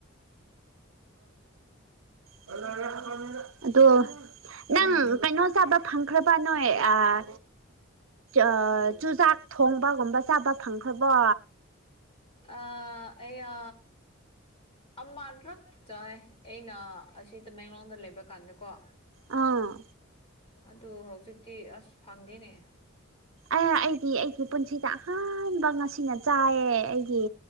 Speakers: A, on the right (about 80°); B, on the left (about 30°).
A: <inaudible> ꯑꯗꯣ ꯅꯪ
B: ꯎꯝ
A: ꯀꯩꯅꯣ ꯆꯕ ꯐꯪꯈ꯭ꯔꯥꯕ ꯅꯣꯏ ꯑꯥ ꯑ ꯆꯨꯖꯥꯛ ꯊꯣꯡꯕꯒꯨꯝꯕ ꯆꯥꯕ ꯐꯪꯈ꯭ꯔꯥꯕꯣ?
B: ꯑ ꯑꯌꯥ ꯑꯃꯔꯛ ꯆꯥꯏ ꯑꯩꯅ ꯑꯁꯤ ꯇꯃꯦꯡꯂꯣꯡꯗ ꯂꯩꯕ ꯀꯥꯟꯗꯀꯣ꯫
A: ꯑꯥ
B: ꯑꯗꯨ ꯍꯧꯖꯤꯛꯇꯤ ꯑꯁ ꯐꯪꯗꯦꯅꯦ꯫
A: ꯑ ꯑꯩꯒꯤ ꯑꯩꯒꯤ ꯄꯨꯟꯁꯤꯗ ꯑꯍꯥꯟꯕ ꯉꯁꯤꯅ ꯆꯥꯏꯌꯦ ꯑꯩꯒꯤ